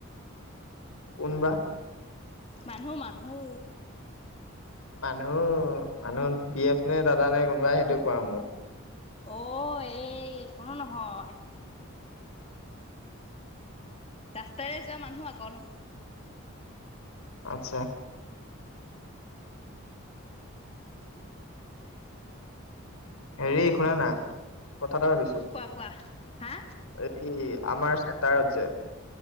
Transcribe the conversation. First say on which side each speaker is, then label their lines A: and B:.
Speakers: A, on the left; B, on the left.
A: কোনবা?
B: মানুহ, মানুহ।
A: মানুহ, মানুহ বি এফ নে দাদা নে কোনোবাই সেইটো কোৱা মোক।
B: অ', এই কোনো নহয়। ৰাস্তাৰে যোৱা মানুহ আকৌ।
A: আচ্ছা। হেৰি শুনা না। কথা এটা ভাবিছো
B: কোৱা, কোৱা। হা?
A: এই আমাৰ চেণ্টাৰত যে।